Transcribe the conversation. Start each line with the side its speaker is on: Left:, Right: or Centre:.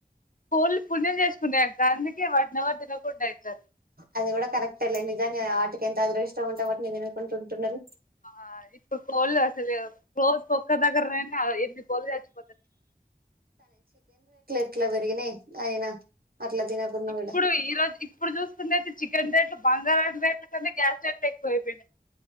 Left: కోళ్ళు పుణ్యం చేసుకున్నాయక్క అందుకే వాటిని ఎవరు తినకుండా అయితారు
Right: అది కూడా కరెక్ట్ అల్జా ఆటి ఎంత అగృ ఇష్టం ఉంటా అటి నేను అనుకుంటుంటున్నారు
Left: ఆ ఇప్పు కోల్ అసలే వ ర్ోజ పొక్క దగరనా ఎది బల్దుచ్చ పద్ధతి
Right: ఇట్లా పెరిగిన అయినా అట్లా తినకున్నా
Left: ఇప్పుడు
Right: కూడా
Left: ఈరోోజు ఇప్పుడు చూసుకుంట అయితే చికెన్ రేట్లు బంగారా రేట్ల కంటే గ్యాస్ రేట్లు ఎక్కువయిపోయినాయి